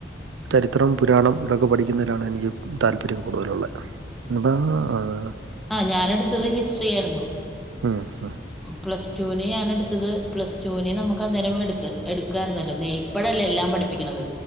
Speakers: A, in the centre; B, on the right (about 85°).
A: ഉം
B: ചരി ത്രം പുരാണം ഇതൊക്കെ പഠിക്കുന്നതിലാണ് എനിക്ക് താല്പര്യം കൂടുതലുള്ള ഇപ്പോൾ അത്
A: ആഹ്‌, ഞാൻ എടുത്തത് ഹിസ്റ്റ്റി ആയിരുന്നു.
B: <unintelligible>
A: പ്ലസ് ടൂവിന് ഞാൻ എടുത്തത് പ്ലസ് ടുവിന് നമ്മക്ക് അന്നേരം എടുക്ക് എടുക്കാരുന്നല്ലോ നേ ഇപ്പഴല്ലേ എല്ലാം പഠിപ്പിക്കുന്നത്.